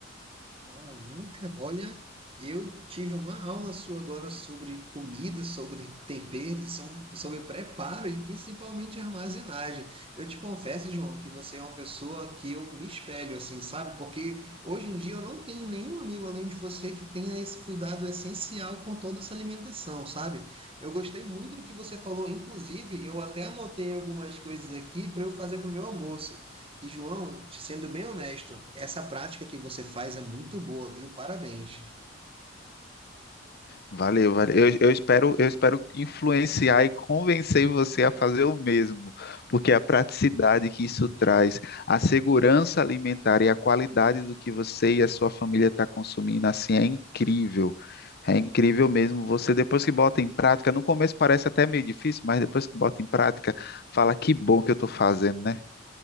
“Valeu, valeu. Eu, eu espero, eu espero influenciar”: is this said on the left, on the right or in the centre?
Left